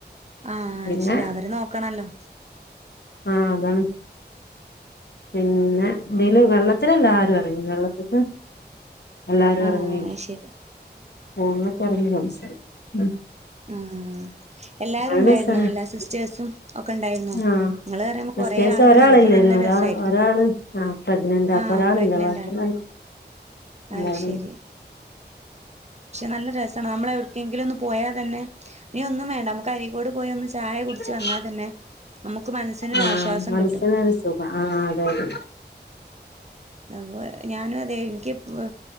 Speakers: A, on the right (about 40°); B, on the left (about 70°).
A: ആഹ്
B: പിന്നെ
A: ശരി അവരെ നോക്കണല്ലോ
B: ആഹ് അതാണ് പിന്നെ എന്തേല് വെള്ളത്തിലല്ല ആര് വെള്ളത്ത്ക്ക് എല്ലാരും
A: ആഹ്
B: ഇറങ്ങി
A: ശരി
B: ഫോണിലൊക്കെ ഇറങ്ങി <unintelligible>
A: ആ എല്ലാരും
B: നല്ല
A: ഉണ്ടായിരുന്നോ
B: രസാണ്
A: എല്ലാ സിസ്റ്റേഴ്സും ഒക്കെ ഉണ്ടായിരുന്നോ
B: ആ
A: ഇങ്ങള് പറയുമ്പോ
B: സിസ്റ്റേഴ്സ്
A: കൊറേ ആളുകളില്ലേ
B: ഒരാളില്ലേനു
A: അപ്പൊ നല്ല
B: ഒരാ
A: രസായി
B: ഒരാള് ആ പ്രഗ്നന്റാ
A: ആ
B: അപ്പൊ ഒരാളില്ല
A: പ്രഗ്ന്റാ
B: ബാക്കിയുള്ള എല്ലാരും ഉണ്ടായിരുന്നു.
A: അതുശരി നല്ലരസാണ് നമ്മളെ- എങ്കിലു ഒന്ന് പോയാ- തന്നെ ഇനി ഒന്നും വേണ്ട നമക്ക് അരീക്കോട് പോയി ഒന്ന് ചായ കുടിച്ചുവന്നാതന്നെ
B: ഉം
A: നമുക്ക് മനസ്സിനൊരാശ്വാസം
B: ആഹ് മനസ്സിനൊരു
A: കിട്ടും
B: സുഖം ആഹ് അതെ അതെ
A: ഉവ്വ ഞാനുവ- ദെ എനിക്ക് ഇവ്